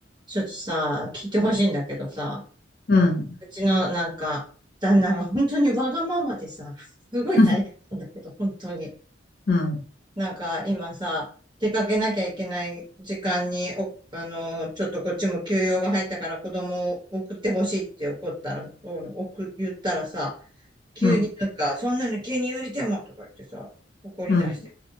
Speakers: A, on the right; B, on the left.
A: ちょっとさ、聞いてほしいんだけどさ、
B: うん、
A: うちのなんか、旦那が本当にわがままでさ、すごい大変なんだけど、
B: <laughs>
A: 本当に。
B: うん、
A: なんか今さ、出かけなきゃいけない時間に、お、あの、ちょっとこっちも休養が入ったから子供を送ってほしいって怒ったら、お送、言ったらさ、急になんか、
B: うん、
A: そんなの急に言われてもとか言ってさ、怒り出して
B: うん、